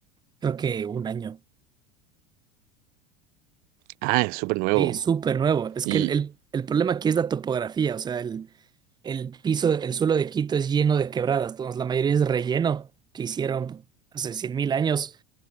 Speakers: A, on the right; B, on the right.
A: Creo que un año.
B: Ah, es súper nuevo.
A: Y súper nuevo. Es
B: Y,
A: que el, el, el problema aquí es la topografía. O sea, el, el piso, el suelo de Quito es lleno de quebradas. Entonces, la mayoría es relleno que hicieron hace 100.000 años.